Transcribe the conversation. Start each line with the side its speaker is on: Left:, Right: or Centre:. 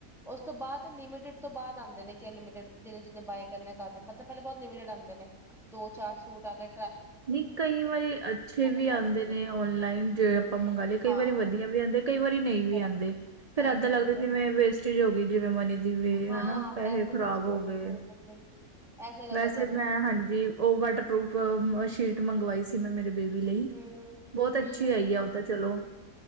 Centre: ਉਸ ਤੋਂ ਬਾਅਦ ਲਿਮੀਟਿਡ ਤੋਂ ਬਾਅਦ ਆਂਦੇ ਨੇ ਅਨਲਿਮਿਟਡ, ਜਿੰਨੇ-ਜਿੰਨੇ ਬਾਇ ਕਰਨੇ, ਕਰਲੋ ਮਤਲਬ ਪਹਿਲੇ ਬਹੁਤ ਲਿਮਿਟਡ ਆਂਦੇ ਨੇ, ਦੋ-ਚਾਰ ਸੂਟ ਆ ਗਏ
Right: ਨਹੀਂ ਕਈ ਵਾਰੀ ਅੱਛੇ
Centre: ਕਾਫੀ
Right: ਵੀ ਆਂਦੇ
Centre: ਸਾਰੇ ਆਉਂਦੇ
Right: ਨੇ ਔਨਲਾਈਨ, ਜਿਂਵੇ ਆਪਾਂ ਮੰਗਾ ਲੀਏ, ਕਈ
Centre: ਹਾਂ
Right: ਵਾਰੀ ਵਧੀਆ ਵੀ ਆਂਦੇ। ਕਈ ਵਾਰੀ ਨਹੀਂ ਵੀ
Centre: ਵਧੀਆ
Right: ਆਂਦੇ। ਫਿਰ
Centre: ਨਹੀਂ
Right: ਏਦਾਂ
Centre: ਵੀ ਆਉਂਦੇ
Right: ਲੱਗਦਾ
Centre: ਆ
Right: ਜਿਵੇਂ
Centre: ਬਿਲਕੁਲ
Right: ਵੇਸਟੇਜ ਹੋਗੀ ਜਿਵੇਂ ਮਨੀ ਦੀ ਵੀ
Centre: ਹਾਂ
Right: ਹਨਾ, ਪੈਹੇ
Centre: ਪੈਸੇ
Right: ਖ਼ਰਾਬ
Centre: ਵੇਸਟ
Right: ਹੋ ਗਏ।
Centre: ਬਿਲਕੁਲ ਬਿਲਕੁਲ ਐਸੇ ਲੱਗਦਾ
Right: ਵੈਸੇ
Centre: ਪੈਸੇ
Right: ਮੈਂ,
Centre: ਵੇਸਟ ਹੋ
Right: ਹਾਂਜੀ
Centre: ਗਿਆ
Right: ਓ ਵਾਟਰਪਰੂਫ ਅਮ, ਸ਼ੀਟ ਮੰਗਵਾਈ ਸੀ ਮੈਂ ਮੇਰੇ ਬੇਬੀ ਲਈ,
Centre: ਹਮ ਹਮ
Right: ਬਹੁਤ ਅੱਛੀ
Centre: ਹਮ ਹਮ
Right: ਆਈ ਆ
Centre: ਹਮ
Right: ਓ ਤਾਂ ਚਲੋ